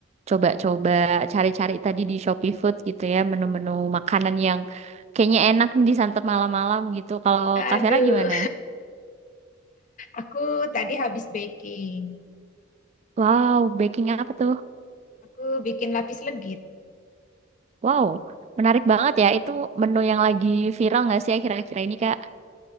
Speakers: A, on the right (about 35°); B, on the left (about 40°).
A: coba-coba cari-cari tadi di Shopee Food gitu ya, menu-menu makanan yang kayaknya enak disantap malam-malam gitu. Kalau
B: Aduh,
A: Kak Vera gimana?
B: aku tadi habis baking.
A: Wow, baking apa tuh?
B: Aku bikin lapis legit.
A: Wow, menarik banget ya. Itu menu yang lagi viral nggak sih akhir-akhir ini, Kak?